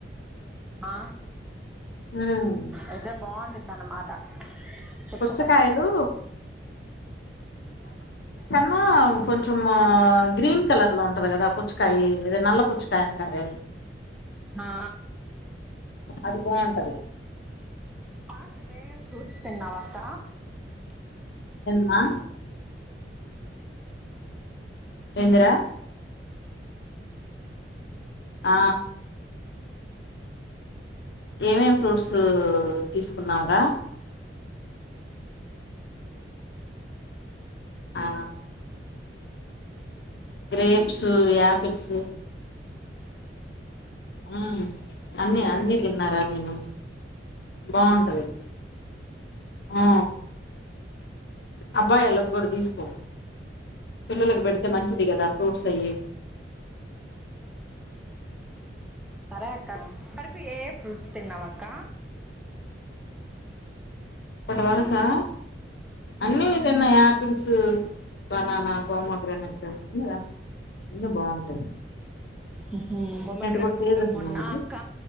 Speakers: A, in the centre; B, on the left.
A: ఆ
B: ఉమ్
A: అయితే బాగుండిదిన్నమాట పుచ్చకాయ
B: పుచ్చకాయలు మా కొంచం గ్రీన్ కలర్ లో ఉంటది కదా పుచ్చకాయ అదే నల్ల పుచ్చకాయ అంటారే
A: ఆ
B: అది బాగుంటది
A: బాగా నువ్వేం ఫ్రూట్స్ తిన్నావ అక్క
B: మా ఏంది రా ఆ ఏమేం ఫ్రూట్స్ తీసుకున్నావు రా ఆ గ్రేప్సు యాపిల్స్ ఆ అన్నిీ అన్ని తిన్నారా నేను బాగుంటది ఆ అబ్బాయిలో కూడా తీసుకో పిల్లలలకు పెడితే మంచిది కదా ఫ్రూట్స్ అయి
A: సరే అక్క వరకు ఏ ఫ్రూట్స్ తిన్నావ అక్క
B: ఇప్పటి వరకా అన్నీ తిన్నా యాపిల్స్ బనానా ప్రోమోగ్రానేట్ అయితే బాగుంటుంది
A: ఉమ్ ప్రోమోగ్రెనేట్
B: కూడా సీజన్
A: మొన్న
B: అయినా ఇది
A: అక్క